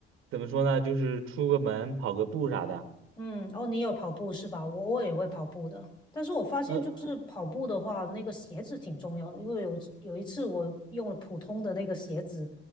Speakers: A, on the right; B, on the left.
A: 怎么说呢，就是出个门跑个步啥的。
B: 嗯，哦，你有跑步是吧？我偶尔也会跑步的，但是我发现就是跑步的话，
A: 呃
B: 那个鞋子挺重要的，因为有有一次我用了普通的那个鞋子